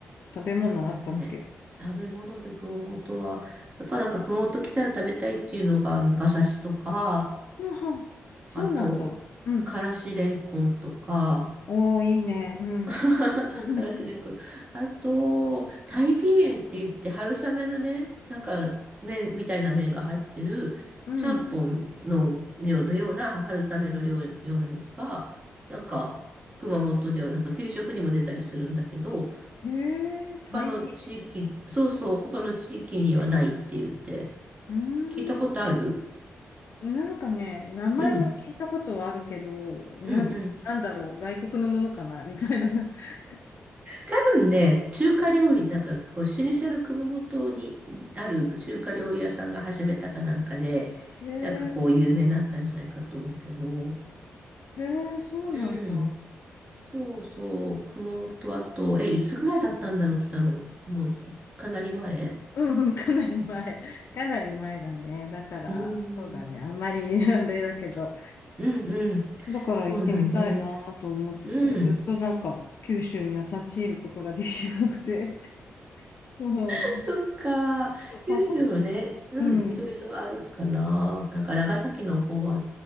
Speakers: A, on the left (about 45°); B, on the right (about 30°).
A: 食べ物あったっけ
B: なんかね、食べ物で熊本は、やっぱなんか熊本来たら食べたいっていうのが、あの馬刺しとか、
A: うんはあ、そうなんだ。
B: あと、
A: うん。
B: からしれんこんとか、
A: おー、いいね。うん。
B: <laughs> からしれんこん、
A: <laughs>
B: あと、タイピーエンって言って春雨のね、なんか麺みたいな麺が入ってる、
A: うん。
B: ちゃんぽんのようなような春雨の量、ようなやつが、なんか熊本ではなんか給食にも出たりするんだけど、
A: へえ、タイピー。
B: 他の地域、そうそう、他の地域にはないって言って、
A: うー
B: 聞いたことある
A: ん。なんかね、名前は聞いたことはあるけど、
B: うん、
A: なん、
B: うん、うん。
A: なんだろう、外国のものかな、みたいな。<laughs>
B: 多分ね、中華料理、なんかこう、老舗の熊本にある中華料理屋さんが始めたかなんかで、
A: へえ、
B: なんかこう、有名になったんじゃないかと思うけど、
A: へえ、そうなんだ。
B: うん、そうそう、熊本あと、え、いつぐらいだったんだろう、来たの。もう、かなり前
A: うんうん、かなり前。かなり前だね。だから、
B: うん、
A: そうだね。
B: うん、
A: あんまり、<laughs> あれだけど。
B: うん、うん、
A: だから行ってみたいなと思ってて、
B: そうなんでね。うん。
A: ずっとなんか、九州には立ち入ることができなくて。<laughs> うん。
B: <laughs> そっか。
A: 鹿児島。
B: 九州もね、うん、
A: うん。
B: いろいろあるかな。なんか長崎の方は、